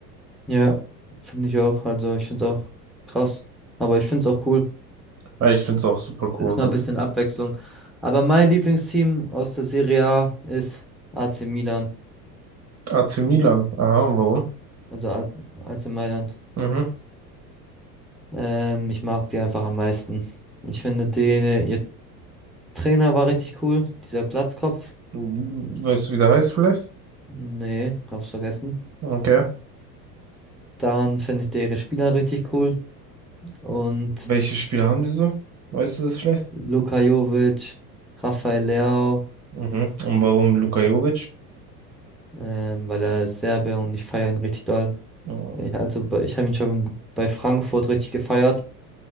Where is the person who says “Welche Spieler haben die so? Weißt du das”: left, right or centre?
Right